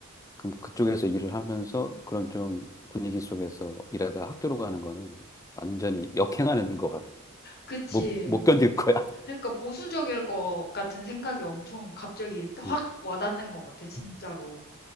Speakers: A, on the left; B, on the left.
A: 그럼 그쪽에서 일을 하면서 그런 좀 분위기 속에서 일하다 학교로 가는 거는 완전히 역행하는 거 같.
B: 그치.
A: 못, 못 견딜 거야. <laughs>
B: 그러니까 보수적일 것 같은 생각이 엄청 갑자기 확
A: 음.
B: 와닿는 것 같아, 진짜로.